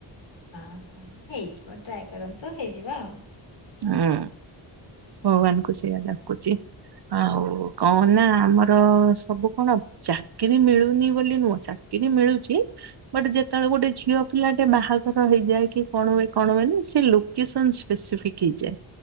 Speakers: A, on the left; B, on the right.
A: ହଁ ହଁ ହେଇଯିବ ଟ୍ରାଏ କରନ୍ତୁ ହେଇଯିବ ଆଉ
B: ହଁ ଭଗବାନଙ୍କୁ ସେଇୟା ଡାକୁଛି। ଆଉ କଣ ନାଁ ଆମର ସବୁ କଣ ଚାକିରୀ ମିଳୁନି ବୋଲି ନୁହଁ ଚାକିରି ମିଳୁଛି ବଟ ଯେତେବେଳେ
A: ହୁଁ।
B: ଗୋଟେ ଝିଅ ପିଲାଟେ ବାହାଘର ହେଇଯାଏ କି କଣ ହୁଏ କଣ ହୁଏ ନାଁ ସେ ଲୋକେସନ ସ୍ପେସିଫିକ ହେଇଯାଏ।